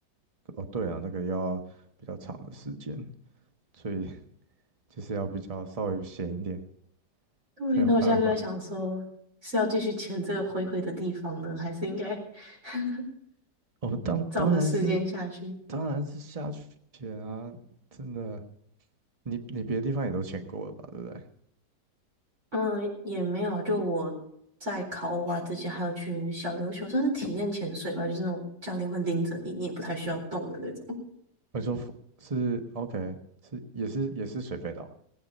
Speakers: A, on the right; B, on the right.
A: 哦，对啊，那个要比较长的时间，所以 <laughs> 就是要比较稍微闲一点。
B: 对，
A: 才有办法。
B: 那我现在就在想说，是要继续潜这个灰灰的地方呢，还是应该 <laughs>
A: 哦，当当然是
B: 找个时间下去？
A: 当然是下去潜啊，真的，你你别的地方也都潜过了吧，对不对？
B: 嗯，也没有啊，就我在考欧啊之前，还有去小琉球，算是体验潜水吧，就是那种教练会拎着你，你也不太需要动的那种。
A: 我说浮是 OK，是也是也是水肺岛。